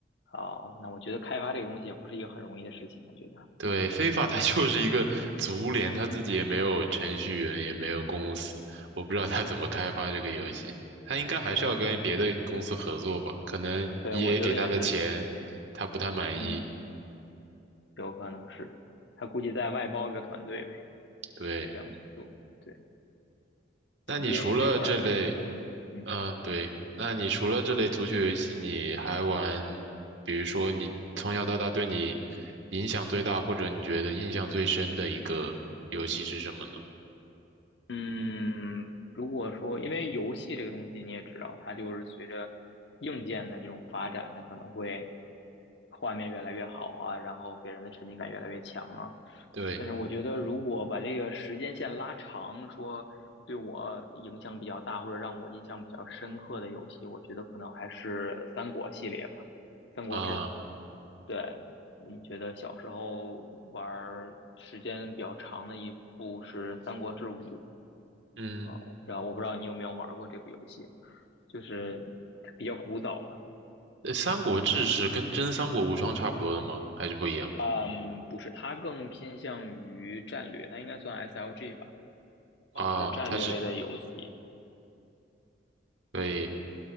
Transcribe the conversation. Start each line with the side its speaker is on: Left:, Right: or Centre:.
Left: 哦，那我觉得开发这个东西也不是一个很容易的事情，我觉得，
Right: 对，非法它 <laughs> 就是一个足联，它自己也没有程序员，也没有公司，我不知道它怎么开发这个游戏。它应该还是要跟别的公司合作吧？
Left: 对，
Right: 可能
Left: 对，
Right: EA
Left: 我觉得也是，
Right: 给他的钱，他不太满意。
Left: 嗯。有可能是他估计再外包一个团队呗，
Right: 对，
Left: 再这样去做。对
Right: 那你除了这类，
Left: ，EA 这块儿还是成功的。嗯
Right: 嗯、对，那你除了这类足球游戏，你还玩，比如说你从小到大对你影响最大，或者你觉得印象最深的一个游戏是什么呢？
Left: 嗯，如果说因为游戏这个东西你也知道，它就是随着硬件的这种发展，它可能会画面越来越好啊，然后给人的沉浸感越来越强啊。
Right: 对，
Left: 但是我觉得，如果把这个时间线拉长，说对我影响比较大或者让我印象比较深刻的游戏，我觉得可能还是三国系列吧，《三国志》。
Right: 啊、
Left: 对，你觉得小时候玩儿时间比较长的一部是《三国志五》
Right: 嗯。
Left: 啊，我不知道，我不知道你有没有玩过这部游戏，就是比较古早了。
Right: 呃《三国志》是跟真《三国无双》差不多的吗？还是不一样
Left: 嗯，不是，它更偏向于战略，它应该算 SLG 吧，
Right: 啊？
Left: 就是战略类的游戏。
Right: 它是对，